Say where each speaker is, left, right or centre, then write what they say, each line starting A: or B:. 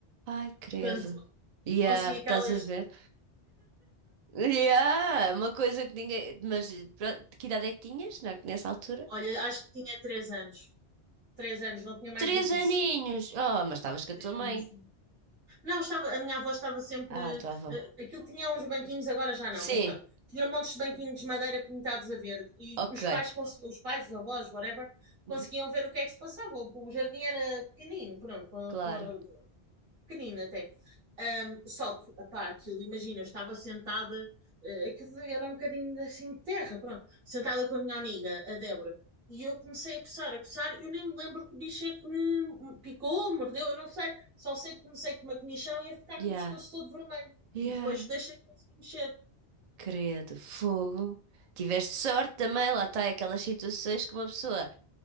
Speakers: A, on the right; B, on the right.
A: Ai, credo.
B: Portanto,
A: Yeah,
B: assim, aquelas.
A: estás a ver? Yeah, uma coisa que ninguém. Mas pronto, que idade é que tinhas na- nessa altura?
B: Olha, acho que tinha três anos. três anos, não tinha mais
A: Três
B: do que
A: aninhos!
B: isso.
A: Oh, mas estavas com a tua
B: Sim,
A: mãe.
B: sim. Não, estava, a minha avó estava sempre.
A: Ah, estava.
B: eh, Aquilo tinha uns banquinhos, agora já não,
A: Sim,
B: mas pronto. Tinha montes de banquinhos de madeira pintados a verde e
A: ok.
B: os pais conseguiam, os pais, os avós, whatever, conseguiam
A: Uhum.
B: ver o que é que se passava. O, o jardim era pequenino, pronto, com,
A: Claro.
B: com pequenino até. Ahm, só que, pá, aquilo, imagina, eu estava sentada, eh, aquilo era um bocadinho assim de terra, pronto, sentada com a minha amiga, a Débora, e eu comecei a coçar, a coçar, eu nem me lembro que bicho é que me picou, mordeu, eu não sei, só sei que comecei com uma comichão e a ficar
A: Yeah,
B: com o pescoço todo vermelho,
A: yeah.
B: e depois deixei de conseguir mexer.
A: Credo, fogo. Tiveste sorte também, lá está aquelas situações que uma pessoa